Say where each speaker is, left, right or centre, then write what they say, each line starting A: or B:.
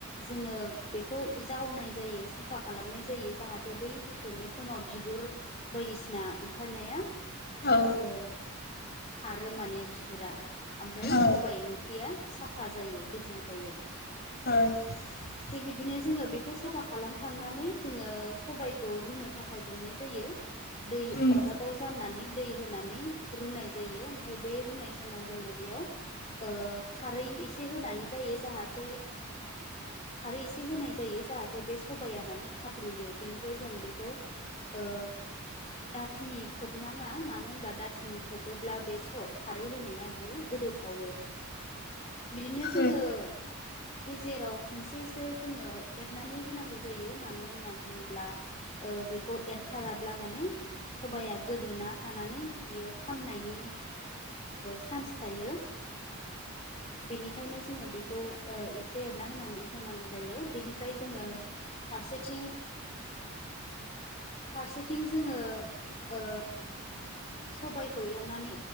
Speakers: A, on the left (about 30°); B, on the left (about 50°).
A: जोङो बेखौ जावनाय जायो साफा खालामनाय जायो जाहाथे बै हुख्रेबनाय समाव बिगुर बायदिसिना ओंखारनाया
B: औ
A: ओ खारो माने बिगुरा ओमफ्राय
B: औ
A: सबायाइ ओंख्रिया साफा जायो गोजों जायो
B: औ
A: थिग बिदिनो जोङो बेखौ साफा खालामखांनानै जोङो सबायखौ रुनो थाखाय दोननाय जायो दै
B: उम
A: अरदाबाव जानानै दै होनानै रुनाय जायो ओमफफ्राय बै रुनाय समाव जोङो बेयाव खारै एसे होनानै जायो जाहाथे खारै एसे होनाय जायो जाहाथे बे सबाया माने थाब रुयो बेनिफ्राय जों बेखौ ओ दाखिनि खोबनाङा मानो होनब्ला दाखिनि खोबोब्ला बे स खारै होनाया बियो गोदोव पावयो बिदिनो जो
B: उम
A: जेराव खनसेसो जोङो एरनानै होनांगौ जायो मानो होनना बुङोब्ला बेखौ खौ एरथाराब्ला माने सबाया गोदोना थानानै बियो खामनायनि चान्स थायो बेनिखायनो जोङो बेखौ एसे एरना होनानै होनांगौ जायो बेनिफ्राय जोङो फारसेथिं फारसेथिं जोङो ओ सबायखौ एवनानै